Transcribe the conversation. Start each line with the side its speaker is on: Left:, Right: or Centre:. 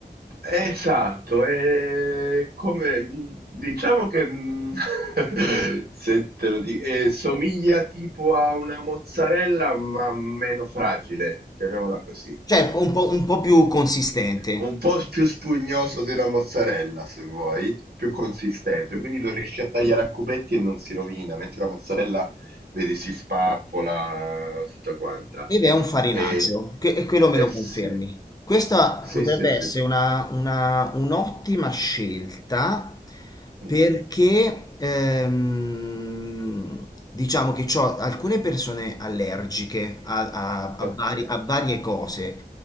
Right: Esatto, e come mhmm, diciamo che, mhmm, <laughs> se te lo di ehm, somiglia tipo a una mozzarella, ma meno fragile, chiamiamola così.
Left: cioè un po', un po' più consistente.
Right: Un po' s più spugnoso della mozzarella, se vuoi, più consistente, quindi lo riesci a tagliare a cubetti e non si rovina, mentre la mozzarella vedi si spappola tutta quanta.
Left: Ed è un farinaggio,
Right: Ehm
Left: che, e quello
Right: eh
Left: me lo
Right: sì.
Left: confermi. Questa
Right: Sì,
Left: potrebbe
Right: sì, sì.
Left: essere una, una- un'ottima scelta
Right: Mh.
Left: perché ehm, diciamo che ho alcune persone allergiche a, a- a
Right: Ok.
Left: vari- a varie cose